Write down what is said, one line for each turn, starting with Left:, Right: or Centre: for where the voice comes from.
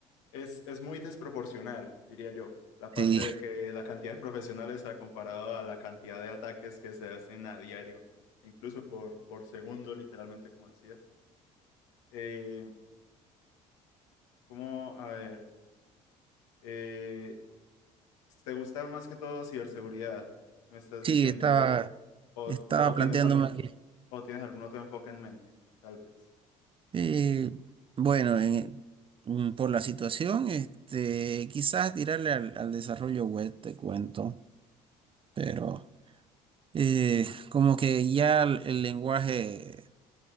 Left: es, es muy desproporcional, diría yo, la parte
Right: Sí,
Left: de que la cantidad de profesionales ha comparado a la cantidad de ataques que se hacen a diario, incluso por, por segundo, literalmente, como decías. Eh, ¿cómo? A ver. eh, ¿Te gusta más que todo ciberseguridad?
Right: <laughs>
Left: ¿Me estás
Right: sí,
Left: diciendo?
Right: estaba,
Left: ¿O,
Right: estaba
Left: o-
Right: planteándome
Left: tienes algún,
Right: que,
Left: o tienes algún otro enfoque en mente? Tal vez.
Right: eh, bueno, en- mm, por la situación, este, quizás tirarle al al desarrollo web, te cuento. Pero eh, como que ya el, el lenguaje